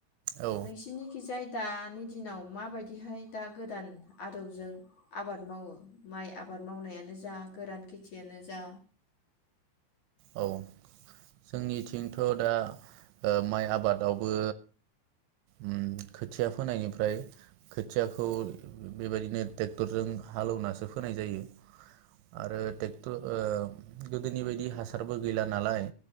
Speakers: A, on the right; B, on the left.
A: औ
B: नोंसिनिखि जाय दानि दिनाव माबायदिहाय दा गोदान आदबजों आबाद मावो माइ आबाद मावनायानो जा गोरान खेथियानो जा
A: औ जोंनिथिंथ' दा ओ माइ आबादावबो उ खोथिया फोनायनिफ्राय खोथियाखौ बेबायदिनो ट्रेक्टरजों हालौनासो फोनाय जायो आरो ओ गोदोनि बायदि हा सारबो गैला नालाय